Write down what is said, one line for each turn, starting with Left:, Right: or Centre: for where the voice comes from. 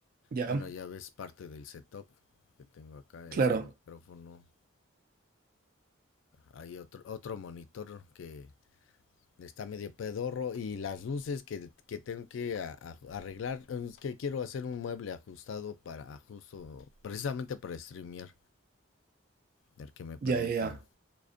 Right: Ya,
Left: Bueno, ya ves parte del setup que tengo acá,
Right: claro.
Left: es el micrófono. Hay otro, otro monitor que Está medio pedorro y las luces que, que tengo que a- a- arreglar, es que quiero hacer un mueble ajustado para justo, precisamente para streamear, el que me permita
Right: Ya, ya, ya.